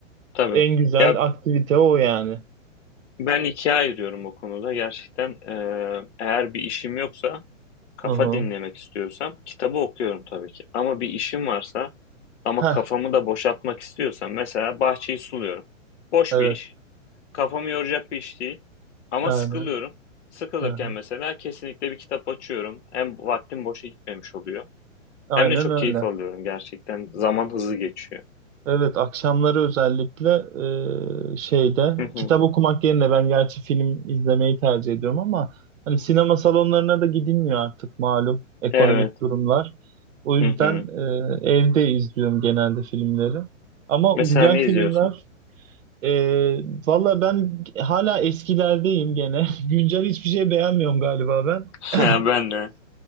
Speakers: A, on the left (about 60°); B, on the right (about 80°).
A: tabii.
B: En güzel
A: Ya,
B: aktivite o yani.
A: ben 2'ye ayırıyorum o konuda. Gerçekten, eee, eğer bir işim yoksa, kafa
B: Hı hı.
A: dinlemek istiyorsam kitabı okuyorum tabii ki. Ama bir işim varsa ama
B: Heh,
A: kafamı da boşaltmak istiyorsam mesela bahçeyi suluyorum. Boş
B: evet.
A: bir iş, kafamı yoracak bir iş değil ama
B: Aynen.
A: sıkılıyorum. Sıkılırken
B: Hı hı.
A: mesela kesinlikle bir kitap açıyorum. Hem vaktim boşa gitmemiş oluyor
B: Aynen
A: hem de çok
B: öyle.
A: keyif alıyorum gerçekten. Zaman hızlı geçiyor.
B: Evet, akşamları özellikle e, şeyde
A: Hı hı.
B: kitap okumak yerine ben gerçi film izlemeyi tercih ediyorum ama hani sinema salonlarına da gidilmiyor artık malum ekonomik
A: Evet.
B: durumlar. O yüzden
A: Hı hı.
B: e, evde izliyorum genelde filmleri. Ama
A: Mesela
B: güzel
A: ne
B: filmler
A: izliyorsun?
B: ee, valla ben hala eskilerdeyim gene. <laughs> Güncel hiçbir şey beğenmiyorum galiba ben.
A: <laughs> Ha,
B: <clears throat>
A: ben de.